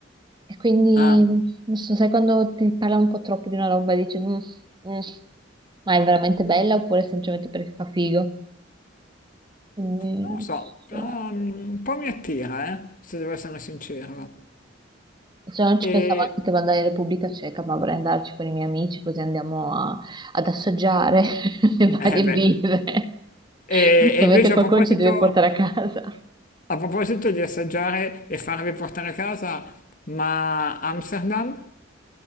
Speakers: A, on the right; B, on the left.
A: E quindi,
B: Ah,
A: non so, sai quando ti parla un po' troppo di una roba e dici, "Mm, mm, ma è veramente bella oppure semplicemente perché fa figo? Quindi,
B: Non
A: non
B: lo so,
A: so.
B: ah, un po' mi attira, eh, se devo essere sincero. Mm.
A: Cioè, non
B: E,
A: ci pensavo anche che andare in Repubblica Ceca, ma vorrei andarci con i miei amici così andiamo a- ad assaggiare <laughs> le varie
B: eh beh,
A: birre.
B: e-
A: Giustamente
B: e invece
A: qualcuno
B: a proposito,
A: ci deve portare a casa.
B: a proposito di assaggiare e farvi portare a casa, ma Amsterdam?